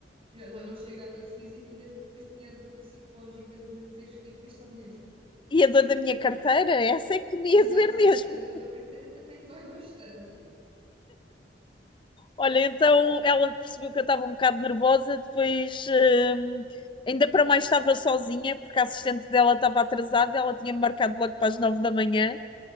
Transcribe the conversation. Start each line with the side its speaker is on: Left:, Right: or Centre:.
Right: Já já não chega à dor física, ainda depois tinha a dor psicológica de teres que ir gastar dinheiro.
Left: E a dor da minha carteira, essa é que me
Right: Exato,
Left: ia doer mesmo.
Right: <laughs> essa, a, dor, a carteira também dói bastante.
Left: Olha, então ela percebeu que eu estava um bocado nervosa, depois hum, ainda para mais estava sozinha, porque a assistente dela estava atrasada, ela tinha marcado logo para as nove da manhã.